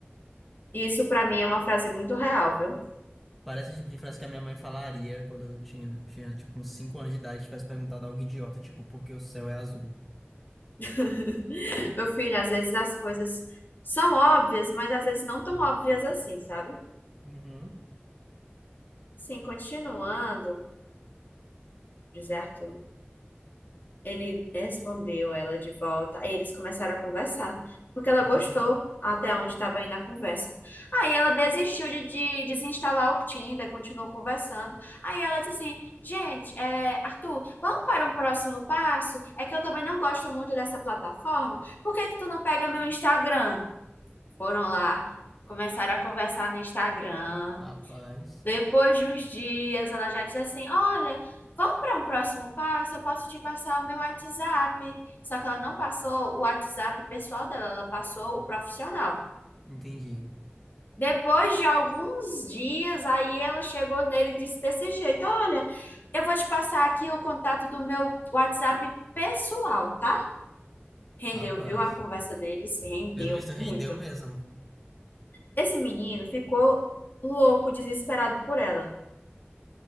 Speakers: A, on the left; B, in the centre.
A: E isso pra mim é uma frase muito real, viu?
B: Parece o tipo de frase que a minha mãe falaria quando eu tinha, tinha tipo, uns 5 anos de idade e tivesse perguntado algo idiota, tipo, por que o céu é azul?
A: <laughs> Meu filho, às vezes as coisas são óbvias, mas às vezes não tão óbvias assim, sabe?
B: Uhum,
A: Sim, continuando, deserto. Ele respondeu ela de volta. Aí eles começaram a conversar, porque ela gostou
B: uhum.
A: até onde estava indo a conversa. Aí ela desistiu de, de desinstalar o Tinder, continuou conversando. Aí ela disse assim: Gente, é, Arthur, vamos para um próximo passo? É que eu também não gosto muito dessa plataforma. Por que que tu não pega meu Instagram? Foram lá, começaram a conversar no Instagram.
B: Rapaz,
A: Depois de uns dias, ela já disse assim: Olha, vamos para um próximo passo, eu posso te passar o meu WhatsApp. Só que ela não passou o WhatsApp pessoal dela, ela passou o profissional.
B: entendi.
A: Depois de alguns dias, aí ela chegou nele e disse desse jeito: Olha, eu vou te passar aqui o contato do meu WhatsApp pessoal, tá? Rendeu,
B: Rapaz.
A: viu? A conversa deles rendeu
B: Pelo visto
A: muito.
B: rendeu mesmo.
A: Esse menino ficou louco, desesperado por ela.